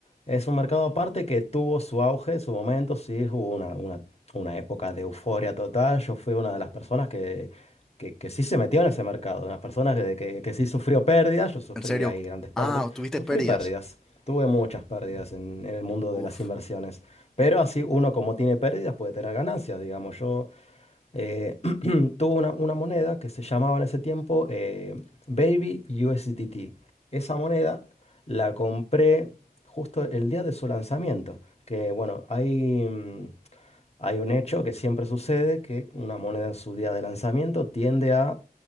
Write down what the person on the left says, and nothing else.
es un mercado aparte que tuvo su auge, su momento, sí, hubo una, una, una época de euforia total. Yo fui una de las personas que, que, que sí se metió en ese mercado, de las personas que, que, que sí sufrió pérdidas, yo sufrí
ahí grandes pérdidas,
sufrí
pérdidas. Tuve muchas pérdidas en, en el mundo
de las inversiones. Pero así uno como tiene pérdidas puede tener ganancias, digamos. Yo eh, <clears throat> tuvo una, una moneda que se llamaba en ese tiempo eh, Baby USDT. Esa moneda la compré justo el día de su lanzamiento, que bueno, hay... mm, hay un hecho que siempre sucede, que una moneda en su día de lanzamiento tiende a